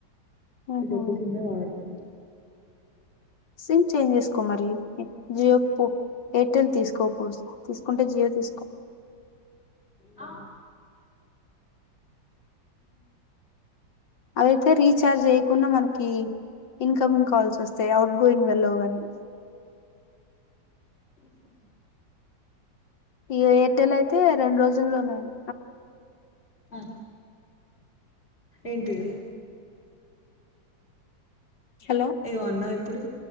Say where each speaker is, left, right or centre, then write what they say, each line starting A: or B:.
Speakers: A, on the left (about 70°); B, on the left (about 30°).
A: ఆహా
B: డబ్బసమ్మే వాడుతున్నా
A: సిమ్ చేంజ్ చేసుకో మరి జియో ఎయిర్టెల్ తీసుకో తీసుకుంటే జియో తీసుకో
B: ఆ
A: అవైతే రీచార్జ్ చేయకుండా మనకి ఇన్కమింగ్ కాల్స్ వస్తాయి అవుట్ గోయింగ్ వెళ్ళవు కానికి
B: సు
A: ఈ ఎయిర్టెల్ అయితే రెండు రోజుల్లోనండి
B: ఆ ఏంటిది
A: హలో
B: ఏ అన్నవి ఇప్పుడు